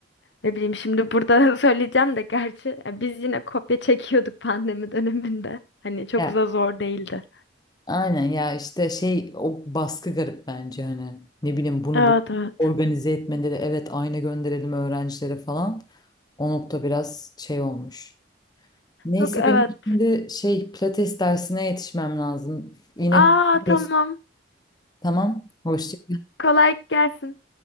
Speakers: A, on the left; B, on the left.
A: ne bileyim şimdi burada <laughs> söyleyeceğim de gerçi ya biz yine kopya çekiyorduk pandemi döneminde. Hani çok
B: Ya
A: da zor değildi.
B: Aynen ya işte şey o baskı garip bence hani ne bileyim bunu
A: Evet
B: bu-
A: evet.
B: organize etmeleri evet ayna gönderelim öğrencilere falan o nokta biraz şey olmuş. Neyse
A: Yok evet.
B: benim şimdi şey pilates dersine yetişmem lazım. Yine
A: Aa
B: konuşuruz.
A: tamam.
B: Tamam. Hoşça
A: Kolay gelsin.